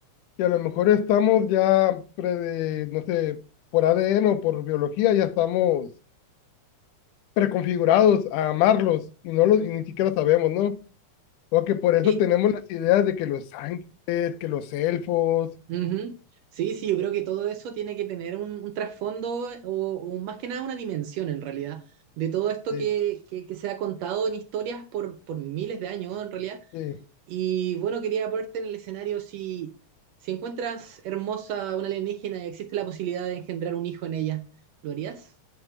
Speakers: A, on the left; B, on the right.
A: y a lo mejor estamos ya, pre- de, no sé, por ADN o por biología, ya estamos preconfigurados a amarlos y no los y ni siquiera sabemos, ¿no? O que por eso
B: Sí,
A: tenemos las ideas de que los ángeles, que los elfos,
B: ujú. Sí, sí, yo creo que todo eso tiene que tener un, un trasfondo o, o más que nada una dimensión en realidad de todo esto
A: eh,
B: que, que- que se ha contado en historias por, por miles de años en realidad
A: eh,
B: Y bueno, quería ponerte en el escenario si, si encuentras hermosa una alienígena y existe la posibilidad de engendrar un hijo en ella, ¿lo harías?